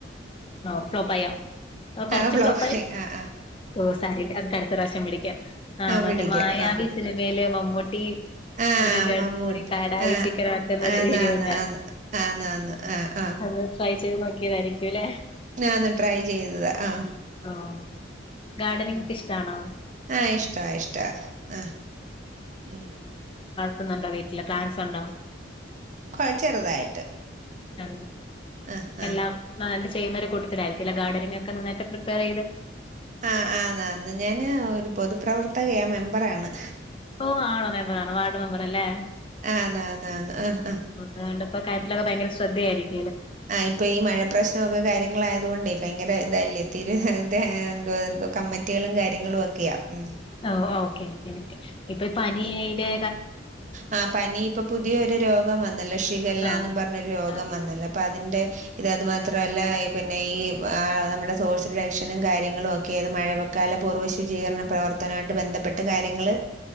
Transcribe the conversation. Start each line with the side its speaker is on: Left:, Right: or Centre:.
Left: ആഹ ഫ്ലോപ്പായ കൊറച്ച്
Right: ആ ഫ്ലോപ്പായി
Left: ഫ്ലോപ്പ ആായി
Right: ആ ആ
Left: ഓ സരി അക്കടുത്ത പ്രാവശ്യം പിടിക്കാം ആ മറ്റേ
Right: പിടിക്കാം
Left: മായാവി
Right: ആ
Left: സിനിമയില് മമ്മൂട്ടി
Right: ആ
Left: ഒരു ചേട്ടും
Right: മമ്മൂട്ടി
Left: കൂടി കടായി
Right: ആ
Left: ചിക്കൻ ആക്കുന്ന ഒരു
Right: ആന്ന്
Left: വീഡിയോണ്ട
Right: ആന്ന് ആന്ന് ആന്ന് ആന്ന് ആ ആ
Left: അത് ട്രൈ ചെയ്ത് നോക്കിയതായിരിക്കുംല്ലേ
Right: ഞാന്ന് ട്രൈ ചെയ്തത് ആ
Left: ആ ഗാർഡനിങ്ക്ക് പിഷ്ടമാണോ
Right: ആഹ ഇഷ്ടാ ഇഷ്ടാ ആഹ ഉ
Left: തുന്നുണ്ടോ വീട്ടില് പ്ലാൻസ് ഉണ്ടോ
Right: കുഴ ചെറുതായിട്ട്
Left: ആ
Right: ആ ആ
Left: എല്ലാം ന ചെയ്യുന്നരു കൂട്ടത്തിലായിരിക്കല്ല ഗർഡനിങ് ഒക്കെ നിന്നട്ട് പ്രിപ്പയർ ചെയ്ത്
Right: ആ ആത ഞാന് ഒരു പൊതുപ്രവർത്തക ആ മെമ്പറാണ്
Left: ഓ ആണോ മെമ്പറ ആണോ വാർഡ് മെമ്പറ അല്ലേ
Right: ആന്നാന്നാന്ന് ആ ആ
Left: അതുകൊണ്ടപ്പോ കാര്യത്തിലൊക്കെ ഭയങ്കര ശ്രദ്ധയായിരിക്കും
Right: ആ ഇപ്പോ ഈ മഴ പ്രശ്നമൊക്കെ കാര്യങ്ങളായതുക കൊണ്ട്േ ഭയങ്കര ഇതല്യത്തിന് അ എന്തോ എന്ത കമ്മറ്റികളും കാര്യങ്ങളും ഒക്കെയാ ഉ
Left: ആ ഓക്കെ പി ഇപ്പൊ പനിയടെ
Right: ആ പനി ഇപ്പൊ പുതിയൊ ഒരു രോഗം വന്നല്ലോ ഷിഗല്ലന്നും
Left: ആഹ്
Right: പറഞ്ഞരു
Left: ശിഖല്ല
Right: രോഗം വന്നല്ലോ അപ്പൊ അതിന്റെ ഇത് അത് മാത്ര അല്ല പിന്നെ ഈ ആ നമ്മുടെ സോഴ്സ് രക്ഷനും കാര്യങ്ങളും ഒക്കെ ഏത് മഴക്കാല പൂർവ്വ ശുചീകരണ പ്രവർത്തനമായിട്ട് ബന്ധപ്പെട്ട് കാര്യങ്ങൾ